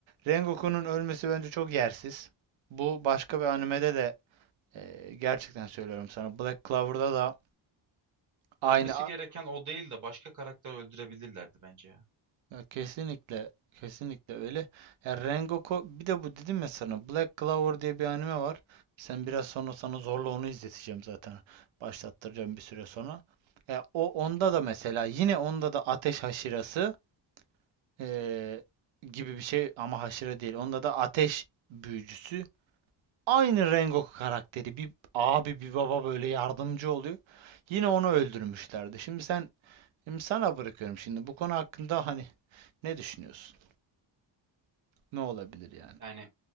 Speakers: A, on the right; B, on the right.
A: Rengoku'nun ölmesi bence çok yersiz. Bu başka bir animede de e, gerçekten söylüyorum sana. Black Clover'da da aynı
B: Ölmesi gereken o değil de başka karakter öldürebilirlerdi bence ya.
A: Ya kesinlikle kesinlikle öyle. Ya Rengoku bir de bu dedim ya sana Black Clover diye bir anime var. Sen biraz sonra sana zorla onu izleteceğim zaten. Başlattıracağım bir süre sonra. Ya o onda da mesela yine onda da ateş haşirası eee, gibi bir şey ama haşire değil. Onda da ateş büyücüsü. Aynı Rengoku karakteri bir abi bir baba böyle yardımcı oluyor. Yine onu öldürmüşlerdi. Şimdi sen şimdi sana bırakıyorum şimdi bu konu hakkında hani ne düşünüyorsun? Ne olabilir yani?
B: Yani